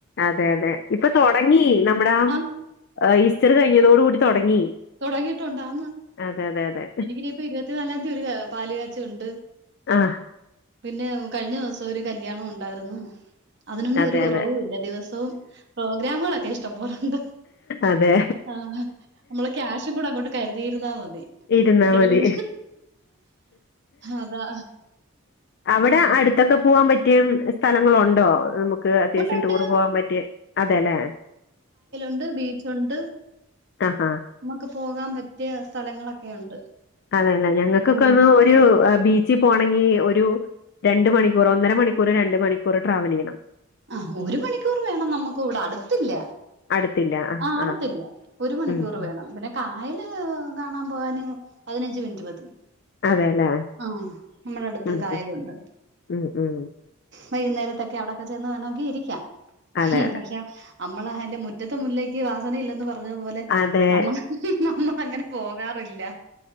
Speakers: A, on the left (about 50°); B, on the right (about 55°).
A: അതെ അതെ ഇപ്പൊ തൊടങ്ങി നമ്മടെ ആ
B: ആന്ന്
A: ഈസ്റ്റർ കഴിഞ്ഞതോടു കൂടി തൊടങ്ങി
B: തൊടങ്ങിട്ടുണ്ടാന്ന്
A: അതെതെതെ
B: എനിക്കിനിപ്പം ഇരുപത്തിനാലാ ന്തി ഒര് പാല് കാച്ച ഉണ്ട്
A: ആഹ്
B: പിന്നെ കഴിഞ്ഞൊ സം ഒരു കല്യാണം ണ്ടാരുന്ന് അതിനൊന്നും
A: അതെ
B: ഒരു കുറവുംല്ല
A: അതെ
B: ദിവസവും പ്രോഗ്രാമ്കളൊക്കെ ഇഷ്ടംപോലുണ്ട്
A: അതെ
B: ആഹ് നമ്മള് ക്യാഷും കൂടി അങ്ങോട്ട് കരുതിയിരുന്നാ മതി
A: ഇരുന്നാ
B: എല്ലാം
A: മതി
B: അതാ.
A: അവിടെ
B: ഉം.
A: അടുത്തൊക്കെ പൂവാൻ പറ്റിയ സ്ഥലങ്ങളുണ്ടോ നമു ക്ക് അത്യാവശ്യം
B: ഉണ്ടുണ്ട്.
A: ടൂറ് പോകാ പറ്റിയെ അതെ ല്ലേ
B: ണ്ട് ബീച്ച്ണ്ട്
A: ആഹ് ആ
B: നമ്മക്ക് പോകാൻ പറ്റിയ സ്ഥലങ്ങളൊക്കെയുണ്ട്
A: അതെല്ലേ ഞങ്ങക്കൊക്കെ
B: ഉം.
A: ഒന്ന് ഒരു ബീച്ചി പോണങ്കി ഒരു രണ്ട് മണിക്കൂർ ഒന്നര മണിക്കൂർ രണ്ട് മണിക്കൂർ ട്രാവലെയ്യണം
B: ആഹ് ഒരു മണിക്കൂർ വേണം നമ്മക്കും ഇവിടെ അടുത്ത്ല്ല
A: അടുത്തില്ല ആ
B: ആഹ് അടുത്ത്ല്ല
A: ആ
B: ഒരു മണിക്കൂർ
A: ഉം ഉം.
B: വേണം പിന്നെ കായല് കാണാൻ പോവാന് പതിനഞ്ച് മിനിറ്റ് മതി
A: അതെല്ലേ
B: ആഹ് നമ്മളടുത്ത്
A: ഉം
B: കായലുണ്ട്
A: ഉം ഉം ഉം
B: വൈകുന്നേരത്തൊക്കെ അവിടെക്കെ ചെന്ന് വേണമങ്കി ഇരിക്കാ
A: അതെ അതെ
B: പക്ഷെ അമ്മള അ അയിന്റെ മുറ്റ ത്തെ മുല്ലക്ക് വാസനയില്ലെന്ന് പ അതെ പോലെ
A: അതെ
B: നമ്മള് നമ്മളങ്ങനെ പോകാറില്ല